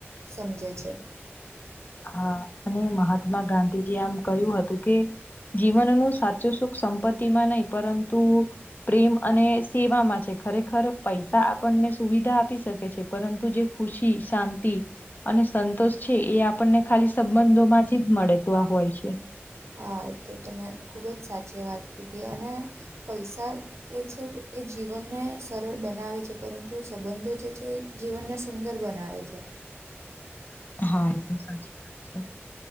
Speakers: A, on the right; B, on the left.
A: સમજે છે.
B: હા અને મહાત્મા ગાંધીજી આમ કહ્યું હતું કે જીવનનું- સાચો સુખ સંપત્તિ માં નહી પરંતુ પ્રેમ અને સેવામાંમાં છે ખરેખર- પૈસા આપણને સુવિધા આપી શકે છે પરંતુ જે ખુશી શાંતિ- અને સંતોષ છે એ આપણને ખાલી સંબંધો માંથી જ મળે તો આ હોય છે.
A: હા તો તં ખૂબ જ સાચી વાત કીધી અને પૈસા- એ છે એ જીવનને સરળ બનાવે છે પરંતુ સંબંધો જે છે. એ- જીવનને સુંદર બનાવે છે.
B: હા એ તો સાચી વાત છે